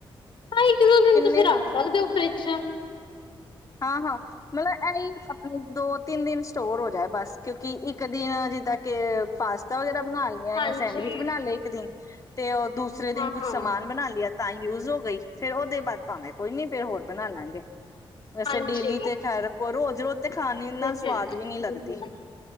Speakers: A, on the left (about 60°); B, on the left (about 35°).
A: ਹ! ਇੱਕ ਦੋ ਦਿਨ,
B: ਕਿੰਨੇ
A: ਤੁਸੀਂ ਰੱਖ ਸਕਦੇ ਫਰਿਜ ਚ'।
B: ਹਾਂ, ਹਾਂ। ਮਤਲਬ ਇਹਹੀ ਆਪਣੇ, ਦੋ ਤਿੰਨ ਦਿਨ ਸਟੋਰ ਹੋ ਜਾਏ, ਬਸ, ਕਿਉਂਕਿ ਇੱਕ ਦਿਨ ਜਿੱਦਾਂ ਕਿ ਕੇ ਪਾਸਤਾ ਵਗੈਰਾ ਬਣਾ ਲਿਆ,
A: ਹਾਂਜੀ
B: ਜਾਂ ਸੈਂਡਵਿਚ ਬਣਾ ਲਿਆ, ਇੱਕ ਦਿਨ, ਤੇ ਉਹ ਦੂਸਰੇ
A: ਹਾਂ
B: ਦਿਨ ਕੁੱਛ
A: ਹਾਂ
B: ਸਮਾਨ ਬਣਾ ਲਿਆ। ਤਾਂ ਹੀ ਯੂਜ ਹੋ ਗਈ, ਫੇਰ ਉਹਦੇ ਬਾਅਦ, ਭਾਵੇਗੇ ਕੋਈ ਨੀ, ਫੇਰ ਹੋਰ ਬਣਾ ਲਾਂਗੇ। ਵੈਸੇ,
A: ਹਾਂਜੀ
B: ਡੇਲੀ ਤੇ ਖੈਰ ਰੱਖੋ, ਰੋਜ਼ ਰੋਜ਼ ਤੇ ਖਾਣ
A: ਉਹ
B: ਨਾਲ
A: ਤੇ
B: ਸਵਾਦ
A: ਹੈ ਹੂੰ
B: ਵੀ ਨੀ ਲੱਗਦੀ,
A: ਹੂੰ